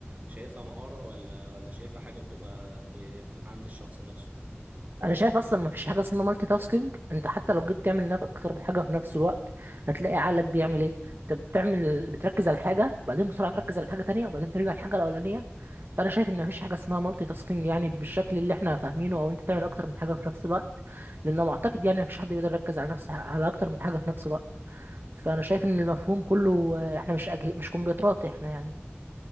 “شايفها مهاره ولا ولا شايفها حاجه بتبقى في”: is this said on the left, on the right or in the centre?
Right